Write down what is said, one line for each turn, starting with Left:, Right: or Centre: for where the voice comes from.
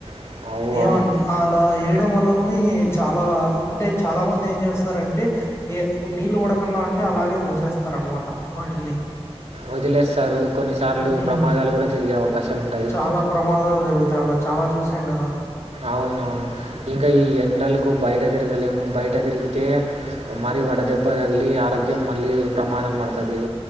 Right: అవు
Left: ఏమని
Right: అవు
Left: అలా వేయడం వల్ల కూడా చాలా అంటే చాలా మంది ఏం చేస్తారంటే ఏ ఇప్పుడు నీళ్లు పడకున్నా ఉంటే అలాగే మూసేస్తారనమాట వాటిని
Right: వదిలేస్తారు కొన్నిసార్లు
Left: హ్మ్.
Right: ప్రమాదాలు కూడా జరిగే అవకాశాలు ఉంటాయి
Left: చాలా ప్రమాదాలు జరుగుతాయి అలా చాలా చూసాం కదా
Right: అవునవును ఇంకా ఈ ఎండలకు బయట తిరగలేము బయట తిరిగితే మరి వడ దెబ్బగలీ ఆరోగ్యం మళ్లీ ప్రమాదం పడుతది